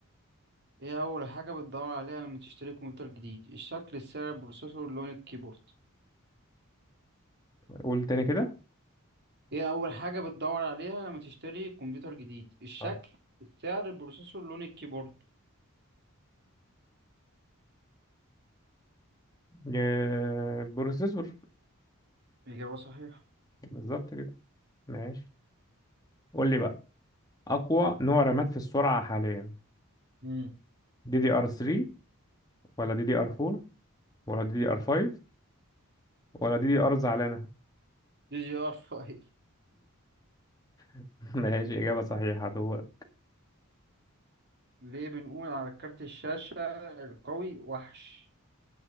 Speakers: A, on the right; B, on the left.
A: ايه اول حاجة بتدور عليها لما تشتري كمبيوتر جديد الشكل السعر البروسيسور لون الكيبورد
B: قول تاني كده
A: ايه اول حاجة بتدور عليها لما تشتري كمبيوتر جديد الشكل
B: اه
A: السعر البروسيسور لون الكيبورد
B: ج- بروسيسور
A: إجابة صحيحة
B: بالظبط كده ماشي قول لي بقى أقوى نوع رامات في السرعة حاليا
A: امم
B: دي دي ار 3 ولا دي دي ار 4 ولا دي دي ار 5 ولا دي دي ار زعلانة
A: دي جي ار 5
B: <laughs> ماشي إجابة صحيحة دورك
A: ليه بنقول على كارت الشاشة القوي وحش